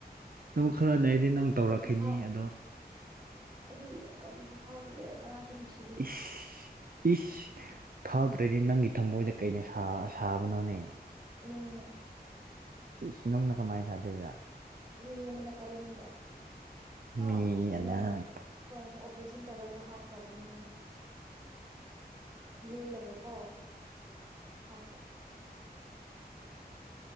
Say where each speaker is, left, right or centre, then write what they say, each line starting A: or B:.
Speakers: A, on the right; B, on the right.
A: ꯑꯗꯨꯝ ꯈꯔ ꯂꯩꯗꯤ ꯅꯪ ꯇꯧꯔꯛꯈꯤꯅꯤ
B: ꯑꯩꯗꯤ ꯐꯥꯎ
A: ꯑꯗꯣ
B: ꯑꯩꯗꯤ ꯀꯔꯤꯁꯨ ꯐꯥꯎꯗ꯭ꯔꯦ ꯀꯅꯥꯁꯨ ꯅꯨꯡꯁꯤ
A: ꯏꯁ ꯏꯁ ꯐꯥꯎꯗ꯭ꯔꯗꯤ ꯅꯪꯒꯤ ꯊꯃꯣꯏꯗ ꯀꯩꯅ ꯁꯥꯕꯅꯣꯅꯦ
B: ꯅꯨꯡꯅ
A: ꯏꯁ ꯅꯨꯡꯅ ꯀꯃꯥꯏ ꯀꯔꯤꯔ
B: ꯃꯤ ꯑꯃꯅ ꯀꯥꯜꯍꯥꯟꯕ ꯍꯥ
A: ꯃꯤ
B: ꯑꯁꯨꯃꯥꯢꯅ
A: ꯑꯅ
B: ꯀꯣ ꯑꯣꯄꯔꯦꯁꯟ ꯇꯧꯔꯒ ꯍꯥꯞꯈ꯭ꯔꯕ ꯅꯨꯡꯗꯣ ꯂꯦꯜꯂꯒꯣ ꯍꯥꯞꯄ